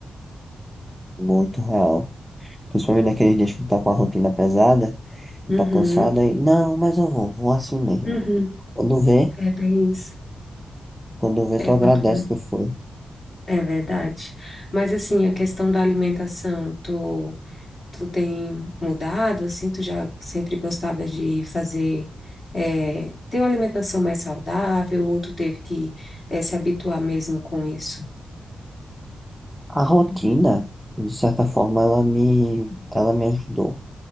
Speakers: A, in the centre; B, on the left (about 30°).
A: muito real. Principalmente naqueles dias que tu tá com a rotina pesada, tu
B: Uhum,
A: tá cansado aí, não, mas eu vou, vou assim mesmo.
B: uhum.
A: Quando vê,
B: É bem isso.
A: quando vê,
B: É,
A: tu agradece
B: quando-
A: que foi.
B: é verdade. Mas assim, a questão da alimentação, tu, tu tem mudado, assim, tu já sempre gostava de fazer, é, ter uma alimentação mais saudável, ou tu teve que, é, se habituar mesmo com isso?
A: A rotina, de certa forma, ela me, ela me ajudou.